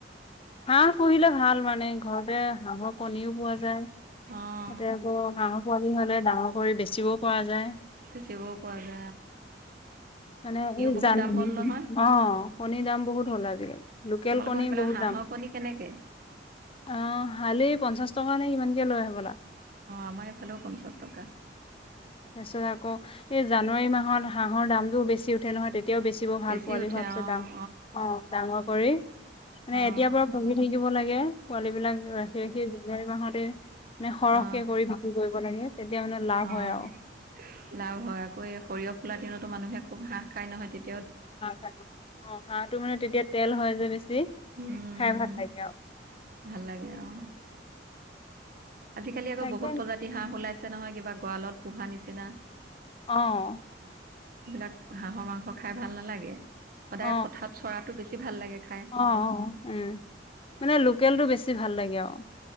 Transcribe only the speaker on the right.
অ',
চিবও পোৱা যা
বহুত
দাম হ'ল নহয়।
তোমালোকৰ
সেইফালে
হাঁহৰ
কণী কেনেকে?
আমাৰ এইফালেও পঞ্চাশ টকা
বেছি
উঠে
অ',
অ',
অ',
অ', অ',
লাভ হয় আকৌ এই সৰিয়হ ফুলাৰ দিনতো মানুহে খুব হাঁহ খাই নহয় তেত্
উম
ভাল লাগে অ'। আজিকালি আকৌ
বহুত প্ৰজাতি হাঁহ ওলাইছে নহয় কিবা গড়ালত পোহা নিচিনা।
সেইবিলাক হাঁহৰ মাংস খাই ভাল নালাগে, সদায়
পথাৰত চৰাতো বেছি ভাল লাগে। খাই